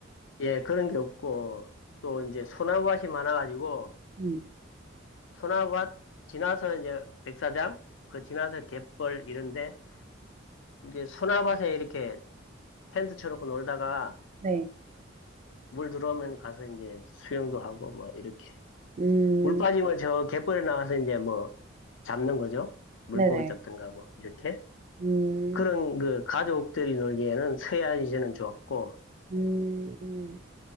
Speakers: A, on the left (about 70°); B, on the right (about 35°).
A: 예 그런 게 없고 또 이제 소나밭이 많아가지고
B: 음.
A: 소나밭 지나서 이제 백사장 그 지나서 갯벌 이런데 이제 소나밭에 이렇게 텐트 쳐놓고 놀다가
B: 네.
A: 물 들어오면 가서 이제 수영도 하고 뭐 이렇게
B: 음.
A: 물 빠지면 저 갯벌에 나가서 이제 뭐 잡는 거죠 물고기
B: 네네.
A: 잡든가 뭐 이렇게
B: 음.
A: 그런 그 가족들이 놀기에는 서해안 이제는 좋았고
B: 음. 음.